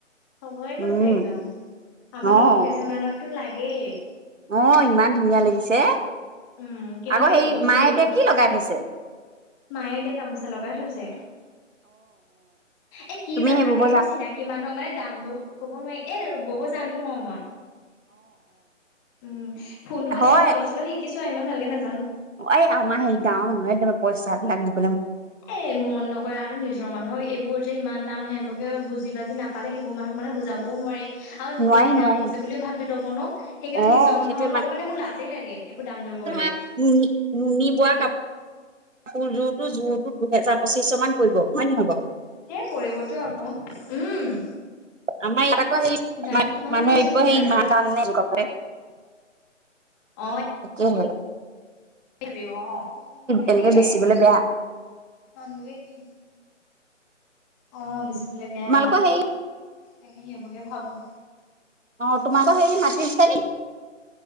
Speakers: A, on the left; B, on the right.
A: চবেই
B: উম
A: কৈছে একদম। আমাৰ
B: অ
A: লগৰ কেইজনীমানক টো লাগেই।
B: অ, ইমান ধুনীয়া লাগিছে।
A: উম কিন্তু
B: আকৌ
A: এইবোৰ
B: সেই
A: বস্তু
B: মায়ে
A: লোক
B: এতিয়া কি লগাই থৈছে?
A: মায়ে এতিয়া গামোচা লগাই থৈছে। এ কি
B: তুমি
A: জানানে?
B: সেই বব
A: এইবোৰ চিনাকি মানুহক মানে দাম দ ক'ব নোৱাৰি এ ববছ জানো অ মই। উম, ফুলটো
B: হয়।
A: বাচিব অলপ চলপ শিকিছো। ইমান ভাল কে নাজানো।
B: এই আমাৰ সেই গাওঁৰ মানুহে তোমাৰ পইচা বিলাক দি
A: এ মন নকৰে আৰু নিজৰ মানুহক এইবোৰ যে ইমান দাম। <unintelligible> বুজি-বাজি নাপালে সেইবোৰ মানুহক মানে বুজাবও নোৱাৰি। আৰু
B: নোৱাৰি
A: বেছি
B: নোৱাৰি।
A: দাম কৈছে বুলিও ভাবি ল'ব ন। সেইকাৰণে
B: অ'
A: নিজৰ
B: সেইটোৱে
A: মানুহৰ লগত মানে মোৰ লাজেই লাগে। এইবোৰ দাম দৰ কৰিবলৈ
B: নুনি, নুনি বোৱা কাপ কাপোৰযোৰতো জোৰতোত দুহেজাৰ। পঁচিশ মান পৰিব হয় নহয় বাৰু?
A: সেই পৰিবতো আকৌ। উম।
B: আমাৰ ইয়াত আকৌ সেই
A: দাম
B: মানুহ
A: কিমান
B: মানুহে
A: বাঢ়িছে
B: ভাবিব
A: সূতাৰ
B: সেই ইমান দাম নে এযোৰ কাপোৰেই।
A: অ
B: <unintelligible>
A: <unintelligible> অ তাকেহে।
B: এনেকে বেচিবলে বেয়া।
A: <unintelligible> কি অ বেছি বোলে বেয়া।
B: তোমালোকৰ হেৰি
A: তাকে সেইবোকে ভাবোঁ।
B: অ' তোমালোকৰ <unintelligible>